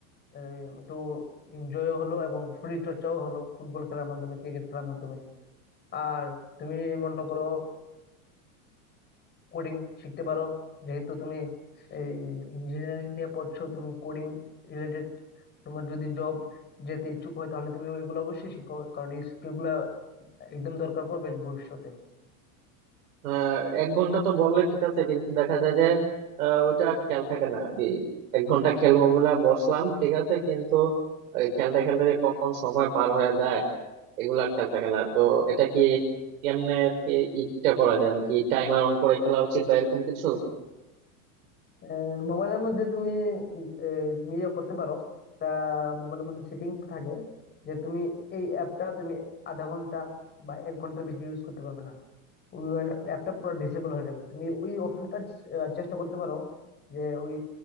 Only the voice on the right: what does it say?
আহ, এক ঘন্টা তো বললে ঠিক আছে কিন্তু দেখা যায় যে আহ, ওইটা আর খেয়াল থাকে না এই এক ঘন্টা খেলবো বলে বসলাম ঠিক আছে কিন্তু এই খেলতে খেলতে যে কখন সময় পার হয়ে যায় এগুলা আর খেয়াল থাকে না তো এটা কি কেমনে আর কি ইটা করা যায় মানে কি টাইমার অন করে খেলা উচিত বা এরকম কিছু